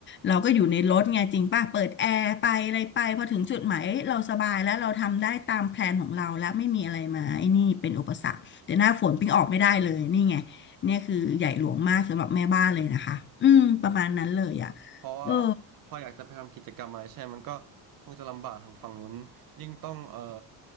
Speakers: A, on the left; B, on the right.
A: เราก็อยู่ในรถไงจริงป่ะเปิดแอร์ไปอะไรไปพอถึงจุดหมายเอ้ยเราสบายแล้วเราทำได้ตามแพลนของเราแล้วไม่มีอะไรมาไอ้นี่เป็นอุปสรรค แต่หน้าฝนปิ้งออกไม่ได้เลยนี่ไงเนี่ยคือใหญ่หลวงมากสำหรับแม่บ้านเลยนะคะอืมประมาณนั้นเลยอ่ะ
B: เพราะว่า
A: เออ
B: พออยากจะไปทำกิจกรรมอะไรใช่มันก็คงจะลำบากทางฝั่งนู้นยิ่งต้องเอ่อ